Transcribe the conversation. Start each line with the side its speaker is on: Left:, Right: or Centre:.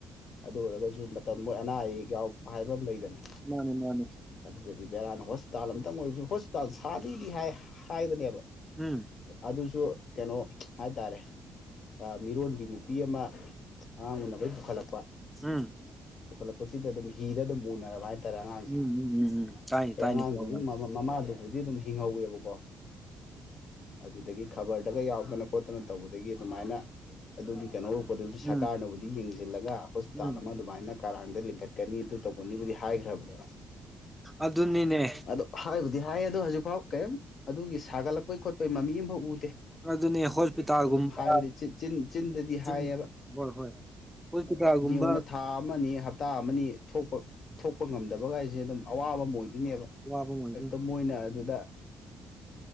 Left: ꯑꯗꯨ ꯑꯣꯏꯔꯒꯁꯨ ꯃꯇꯝ ꯃꯣꯏ ꯑꯅꯥ ꯑꯌꯦꯛ ꯌꯥꯎꯔꯛꯄ ꯍꯥꯏꯕ ꯑꯃ ꯂꯩꯗꯅ
Centre: ꯃꯥꯅꯤ ꯃꯥꯅꯤ
Left: ꯑꯗꯨꯗꯤ ꯕꯦꯔꯥꯅ ꯍꯣꯁꯄꯤꯇꯥꯜ ꯑꯃꯇꯪ ꯑꯣꯏꯔꯁꯨ ꯍꯁ ꯁꯥꯅꯤꯗꯤ ꯍꯥꯏ ꯍꯥꯏꯕꯅꯦꯕ
Centre: ꯎꯝ
Left: ꯑꯗꯨꯁꯨ ꯀꯩꯅꯣ ꯍꯥꯏꯇꯥꯔꯦ ꯃꯤꯔꯣꯟꯕꯤ ꯅꯨꯄꯤ ꯑꯃ ꯑꯉꯥꯡ ꯎꯅꯕꯩ ꯄꯨꯈꯠꯂꯛꯄ
Centre: ꯎꯝ
Left: ꯄꯨꯈꯠꯂꯛꯄꯁꯤꯗ ꯑꯗꯨꯝ ꯍꯤꯗ ꯑꯗꯨꯝ ꯎꯅꯔꯕ ꯍꯥꯏꯇꯥꯔꯦ ꯑꯉꯥꯡꯁꯦ
Centre: ꯎꯝ ꯎꯝ ꯎꯝ ꯎꯝ ꯇꯥꯏꯅꯤ
Left: ꯑꯦ
Centre: ꯇꯥꯏꯅꯤ
Left: ꯑꯉꯥꯡꯗꯨꯒꯤ
Centre: ꯍꯣꯏ
Left: ꯃꯃ ꯃꯃꯥꯗꯨꯕꯨꯗꯤ ꯑꯗꯨꯝ ꯍꯤꯡꯍꯧꯋꯦꯕꯀꯣ ꯑꯗꯨꯗꯒꯤ ꯈꯕꯔꯗꯒ ꯌꯥꯎꯗꯅ ꯈꯣꯠꯇꯅ ꯇꯧꯕꯗꯒꯤ ꯑꯗꯨꯃꯥꯏꯅ ꯑꯗꯨꯒꯤ ꯀꯩꯅꯣꯔꯄꯗꯨꯕꯨꯗꯤ ꯁꯔꯀꯥꯔꯅꯕꯨꯗꯤ
Centre: ꯎꯝ
Left: ꯌꯦꯡꯁꯤꯜꯂꯒ ꯍꯣꯁꯄꯤꯇꯥꯜ
Centre: ꯎꯝ
Left: ꯑꯃ ꯑꯗꯨꯃꯥꯏꯅ ꯀꯔꯥꯡꯗ ꯂꯤꯡꯈꯠꯀꯅꯤ ꯑꯗꯨ ꯇꯧꯒꯅꯤꯕꯨꯗꯤ ꯍꯥꯏꯈ꯭ꯔꯕꯅꯦꯕ
Centre: ꯑꯗꯨꯅꯤꯅꯦ
Left: ꯑꯗꯨ ꯍꯥꯏꯕꯨꯗꯤ ꯍꯥꯏ ꯑꯣ ꯍꯧꯖꯤꯛꯐꯥꯎ ꯀꯔꯤꯝ ꯑꯗꯨꯒꯤ ꯁꯥꯒꯠꯂꯛꯄꯩ ꯈꯣꯠꯄꯩ ꯃꯃꯤ ꯑꯃꯐꯥꯎ ꯎꯗꯦ
Centre: ꯑꯗꯨꯅꯦ ꯍꯣꯁꯄꯤꯇꯥꯜꯒꯨꯝꯕ
Left: ꯑꯗꯨꯝ ꯍꯥꯏꯕꯗꯤ ꯆꯤꯟ ꯆꯤꯟꯗꯗꯤ
Centre: ꯆꯤꯟ
Left: ꯍꯥꯏꯌꯦꯕ
Centre: ꯍꯣꯏ ꯍꯣꯏ ꯍꯣꯁꯄꯤꯇꯥꯜꯒꯨꯝꯕ
Left: ꯌꯦꯡꯉꯅ ꯊꯥ ꯑꯃꯅꯤ ꯍꯞꯇꯥ ꯑꯃꯅꯤ ꯊꯣꯛꯄ ꯊꯣꯛꯄ ꯉꯝꯗꯕꯒꯥꯏꯁꯦ ꯑꯗꯨꯝ ꯑꯋꯥꯕ ꯑꯃ ꯑꯣꯏꯗꯣꯏꯅꯦꯕ
Centre: ꯋꯥꯕꯨꯡꯉ
Left: ꯍꯦꯛꯇ ꯃꯣꯏꯅ ꯑꯗꯨꯗ